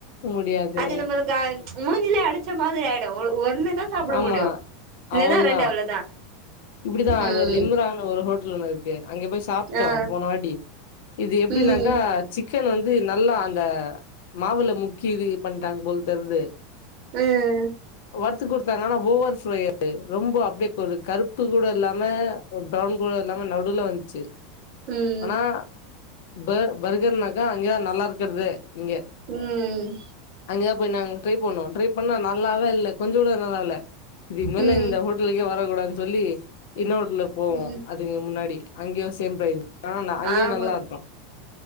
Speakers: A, on the left; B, on the right.
A: முடியாது
B: அது நம்மளுக்கு மூஞ்லே அடைச்ச மாரி ஆயிடு ஒரு ஒண்ணு தா சாப்ட
A: ஆமா
B: முடியு இல்லன்னா
A: அவ்ளதா
B: ரெண்டு அவ்ளோதா
A: இப்டிதா
B: ம்
A: அந்த லிம்ரான்னு ஒரு ஹோட்டல் ஒண்ணு இருக்கு அங்க போய் சாப்ட்டோ
B: ஆ
A: போனாவாட்டி இது எப்டினாக்கா
B: ம்
A: சிக்கன் வந்து நல்லா அந்த மாவுல முக்கி இது பண்ட்டாங்க போல தெரியிது
B: ம்
A: வறுத்து கொடுத்தாங்க ஆனா ஓவர் ஃப்ரை அது ரொம்ப அப்டிய ஒரு கருப் பு கூட இல்லாம ப்ரவுன் கூட இல்லாம நடுல வந்துச்சு
B: ம்
A: ஆனா பர் பர்கர்னாக்கா அங்கயே நல்லா இருக்கறதே இங்க
B: ம்
A: அங்கேதா போய் நாங்க ட்ரை பண்ணோ ட்ரை பண்ணா நல்லாவே இல்ல கொஞ்ச கூட நல்லா இல்லே இதுக்கு மேல
B: ம்
A: இந்த ஹோட்டலுக்கே வரக்கூடாது சொல்லி இன்னொரு ஹோட்டல்க்கு போவோ
B: ம்
A: அது இங்க முன்னாடி அங்கேயு சேம் ப்ரைஸ்தா அங்கேயு
B: ஆமா
A: நல்லா இருக்கு